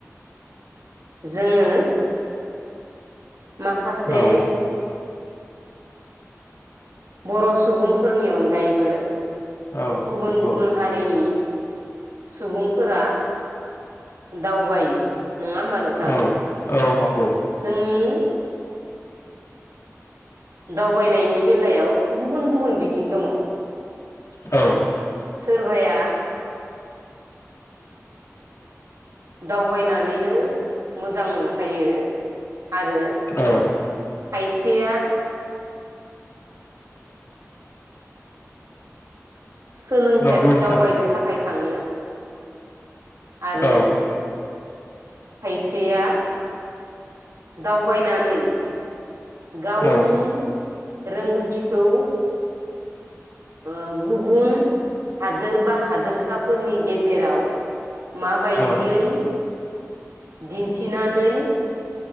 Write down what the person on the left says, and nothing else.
औ
औ
नंगौ
औ औ नंगौ
औ
औ
नंगौ नोंथां
औ
औ
औ